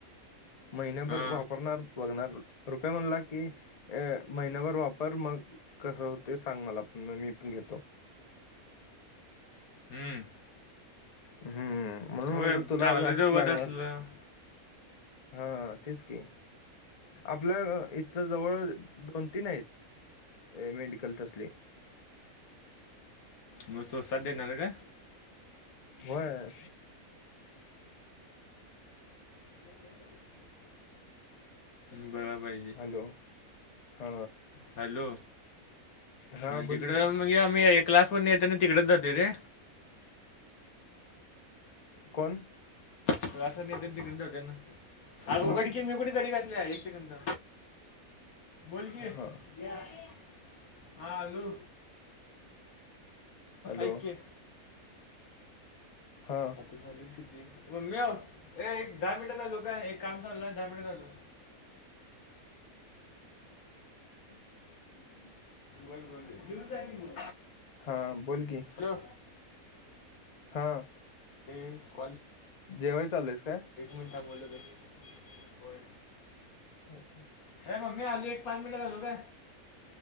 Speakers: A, on the left; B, on the left.
A: महिन्याभर
B: हा
A: वापरणार बघणार रुप्या म्हणला की अ महिन्याभर वापर मग कसं होते सांग मला पण मग मी पण घेतो.
B: हम्म.
A: हम्म म्हणून म्हणलो
B: होय
A: तुला
B: चांगलं
A: जास्त
B: जवळ
A: लागणार
B: असलं
A: हा तेच की. आपल्या इथच जवळ दोन तीन आहेत मेडिकल तसली.
B: मग सोसा देणार काय?
A: व्हय.
B: <inaudible> बघाय पाहिजे.
A: हॅलो हा
B: हॅलो.
A: हा बोल
B: तिकडं
A: की
B: म्हणजे आम्ही क्लास वरन‌ येेतान‌‌ तिकडच जातो रे.
A: कोण?
B: क्लास वरन येतान‌‌ तिकंडच जात्यात ना. अगं उघड की मी कुठं कडी घातल्या एक सेकंद. बोल की
A: हा
B: हा आलो.
A: हॅलो
B: ऐक की
A: हा.
B: झालेत किती? मम्मे व एक दहा मिनिटात‌ आलो काय एक काम चालु हाय दहा मिनिटत आलो.
A: हम्.
B: बरं बरं जेवून जा की म.
A: हा बोल की.
B: हॅलो.
A: हा
B: <unintelligible> एक
A: जेवाय चाललंयस काय
B: मिनटां बोलोगे होय.
A: हो हो.
B: ते मम्मे आलोय पाच मिनिटांत आलो काय?